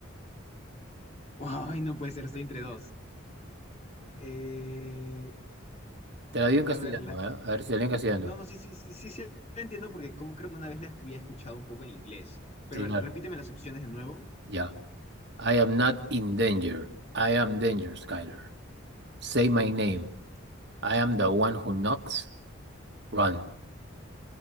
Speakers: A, on the left; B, on the right.
A: Ay, no puede ser, estoy entre dos. Eh,
B: Te la digo en castellano,
A: a ver, la...
B: ¿eh? A ver si la digo en castellano.
A: no, no, sí, sí, sí, sí, sí, la entiendo porque como creo que una vez la había escuchado un poco en inglés. Pero
B: Sí, claro.
A: a ver, repíteme las opciones de nuevo.
B: Ya. I am not in danger. I am danger, Skyler. Say my name. I am the one who knocks. Run.